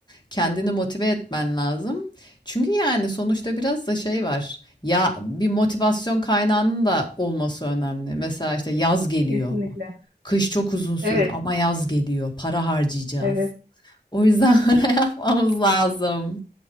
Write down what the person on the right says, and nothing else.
Kesinlikle.
Evet,
evet.